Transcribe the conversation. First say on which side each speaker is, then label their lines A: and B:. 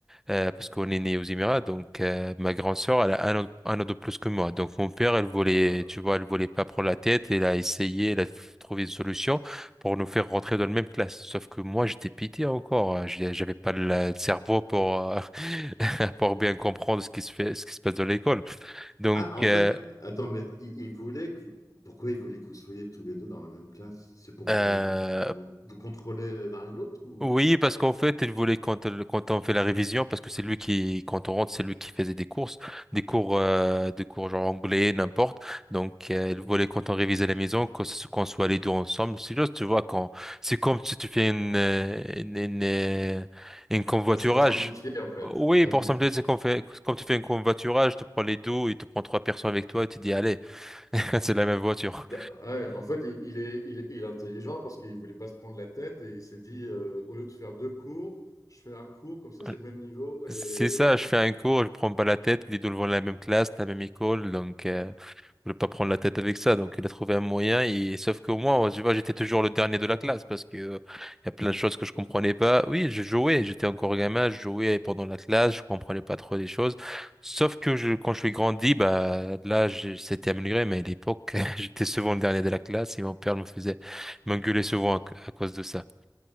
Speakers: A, in the centre; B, on the left.
A: euh,
B: Ouais,
A: parce qu'on est né aux Émirats, donc euh, ma grande sœur, elle a un an, un an de plus que moi, donc mon père, elle voulait,
B: d'accord.
A: tu vois, elle voulait pas prendre la tête, elle a essayé, elle a trouvé une solution pour nous faire rentrer dans la même classe, sauf que moi j'étais pitié encore, hein, j'ai- j'avais pas le le cerveau pour euh, <laughs> pour bien comprendre ce qui se fait, ce qui se passe dans l'école, donc
B: Ah, en
A: euh,
B: fait, attends, mais il, il voulait que- Pourquoi il voulait que vous soyez tous les deux dans la même classe? C'est pour vous,
A: euh,
B: vous, vous contrôler l'un et l'autre ou...
A: Oui, parce qu'en fait, il voulait quand, euh, quand on fait la révision, parce que c'est lui qui, quand on rentre, c'est lui qui faisait des courses, des cours, euh, des cours genre anglais, n'importe. Donc, euh,
B: D'accord.
A: il voulait quand on révisait à la maison, qu'on se- qu'on soit les deux ensemble. C'est juste, tu vois, quand, c'est comme si tu fais une, euh, une, une, euh, une convoiturage.
B: Ah, c'est pour simplifier, en fait.
A: Oui,
B: Ah,
A: pour
B: ok.
A: simplifier, c'est comme, fait, comme tu fais un convoiturage, tu prends les deux, il te prend trois personnes avec toi et tu dis, allez, <laughs> c'est la même voiture.
B: D'a- ah ouais, en fait, il, il est, il est- il est intelligent parce qu'il voulait pas se prendre la tête et il s'est dit euh, au lieu de faire deux cours, je fais un cours, comme ça c'est
A: Euh,
B: le même niveau et
A: C'est ça, je
B: basta.
A: fais un cours, je prends pas la tête, les deux vont de la même classe, la même école, donc euh, je ne pas prendre la tête avec ça. Donc il a trouvé un moyen, et sauf que moi, tu vois, j'étais toujours le dernier de la classe parce que euh, il y a plein de choses que
B: Ah
A: je
B: bon?
A: comprenais pas. Oui, je jouais, j'étais encore gamin, je jouais pendant la classe, je comprenais pas trop les choses. Sauf que je, quand je suis grandi, bah là, j'ai- c'était amélioré, mais à l'époque, <laughs> j'étais souvent le dernier de la classe et mon père me faisait m'engueuler souvent à, à cause de ça.